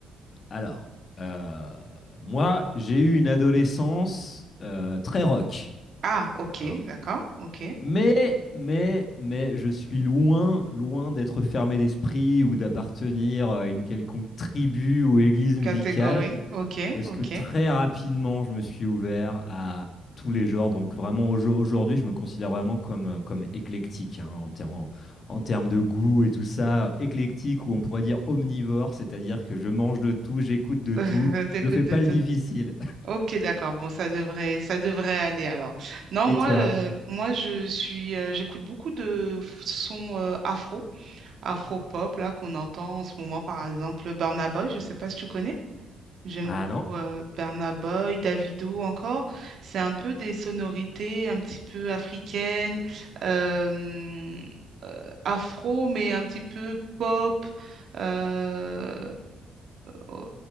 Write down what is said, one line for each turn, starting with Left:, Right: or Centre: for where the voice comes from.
Left: alors, euh, moi, j'ai eu une adolescence euh, très rock.
Right: Ah, ok,
Left: hein.
Right: d'accord, ok.
Left: Mais, mais, mais, je suis loin, loin d'être fermé d'esprit ou d'appartenir à une quelconque tribu ou église musicale,
Right: Catégorie, ok,
Left: parce
Right: ok.
Left: que très
Right: <laughs>
Left: rapidement, je me suis ouvert à tous les genres. Donc vraiment, au- aujourd'hui, je me considère vraiment comme, comme éclectique, hein, en, ter- en- en termes de goût et tout ça. Éclectique, ou on pourrait dire omnivore, c'est-à-dire que je mange de tout, j'écoute de tout,
Right: Euh, T'écoutes
Left: je fais
Right: de
Left: pas
Right: tout.
Left: le difficile.
Right: Ok, d'accord. Bon, ça devrait, ça devrait aller alors.
Left: <laughs>
Right: Non,
Left: Et
Right: moi,
Left: toi?
Right: euh, moi, je suis, euh, j'écoute beaucoup de f- sons euh, afro. afro-pop
Left: Ouais.
Right: là qu'on entend en ce moment, par exemple Burna Boy, je sais pas si tu connais. J'aime
Left: Ah
Right: beaucoup
Left: non?
Right: euh, Burna Boy, Davido encore. C'est un peu des sonorités un petit peu africaines, euh, euh, afro, mais un petit peu pop, euh, oh,